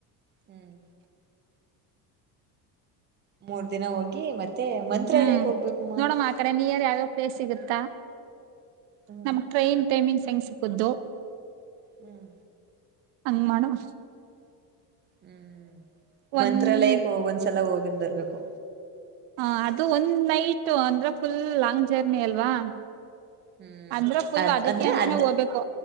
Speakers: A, on the right; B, on the right.
A: ಹ್ಮ್ ಮೂರ್ ದಿನ ಹೋಗಿ ಮತ್ತೆ ಮಂತ್ರಾಲಯಕ್ಕೆ
B: ಹ್ಮ್
A: ಹೋಗ್ಬೇಕುಮ್ಮ
B: ನೋಡಮ್ಮ ಆ ಕಡೆ ನಿಯರ್ ಯಾವ್ಯಾವ ಪ್ಲೇಸ್ ಸಿಗತ್ತಾ
A: ಹ್ಮ್
B: ನಮ ಟ್ರೈನ್ ಟೈಮಿಂಗ್ ಹೆಂಗ್ ಸಿಕ್ಕದು
A: ಹ್ಮ್
B: ಹಂಗ್ ಮಾಡುವ
A: ಹ್ಮ್ ಮಂತ್ರಾಲಯಕ್ಕೆ
B: ಒಂದ್
A: ಹೋಗ ಒಂದ್ಸಲ ಹೋಗಿದ್ ಬರ್ಬೇಕು
B: ಹ ಅದು ಒಂದ್ ನೈಟ್ ಅಂದ್ರೆ ಫುಲ್ ಲಾಂಗ್ ಜರ್ನಿ ಅಲ್ವಾ
A: ಹ್ಮ್
B: ಅಂದ್ರ ಫುಲ್
A: ಅದ್
B: ಅದಕ್ಕೆ
A: ಅಂದ್ರೆ
B: ಅಂತಾನೇ
A: ಅದ್
B: ಹೋಗ್ಬೇಕು